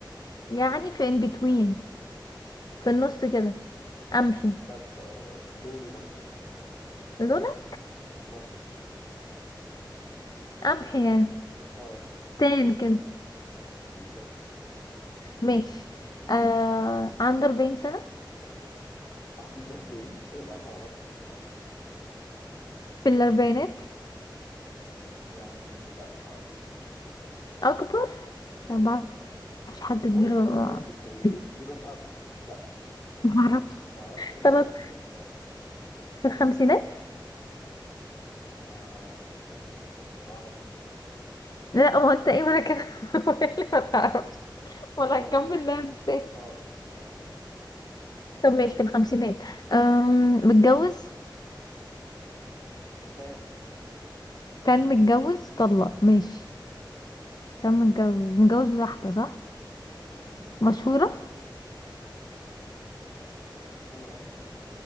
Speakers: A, on the left; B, on the left.
A: يعني في in between في النص كده قمحي
B: بالظبط آه لوني مثلا
A: لونك
B: مصري
A: قمحي يعني
B: اه
A: تان كده
B: بالظبط
A: ماشي آه عنده 40 سنة
B: <laughs> عنده 40 سنة لا ما اعرفش بصراحة
A: في الأربعينات
B: يعني لا اكبر
A: أكبر
B: أمم.
A: أنا ما بعرفش حد كبير
B: هو انا ليه
A: ولا-
B: بجاوبك يعني
A: <laughs>
B: ليه ليه بساعدك لا
A: ما بعرفش
B: ما اعرفش اكبر
A: خلاص
B: ولا اصغر بصراحة
A: في الخمسينات
B: آه ما اعرفش
A: لا هو أنت إيه ما أنا كده <laughs> اللي ما تعرفش ولا
B: اه
A: هكمل لا مستني
B: اه اه آه. آه.
A: طب ماشي في الخمسينات أم متجوز
B: كان
A: كان متجوز طلق ماشي كان متجوز متجوز واحدة صح
B: اللعبة كانت
A: مشهورة
B: لعبة مشهورة يعني